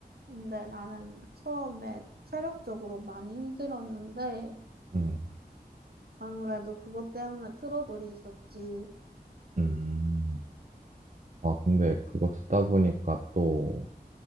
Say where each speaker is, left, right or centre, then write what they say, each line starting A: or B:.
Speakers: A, on the right; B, on the right.
A: 근데 나는 처음에 체력적으로 많이 힘들었는데
B: 음,
A: 아무래도 그것 때문에 트러블이 있었지.
B: 음. 아, 근데 그거 듣다 보니까 또